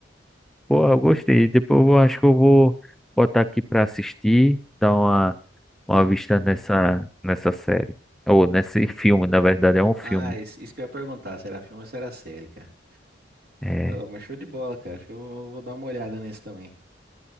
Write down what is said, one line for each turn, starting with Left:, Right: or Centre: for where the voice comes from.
Centre: Pô, eu gostei. Depois eu vou- acho que eu vou botar aqui pra assistir, dar uma,
Right: E,
Centre: uma vista nessa, nessa série. Ou nesse filme, na verdade, é um filme.
Right: ah, isso, isso que eu ia perguntar, se era filme ou se era série, cara.
Centre: É,
Right: Ó, mas show de bola, cara. Acho que eu vou vou dar uma olhada nesse também.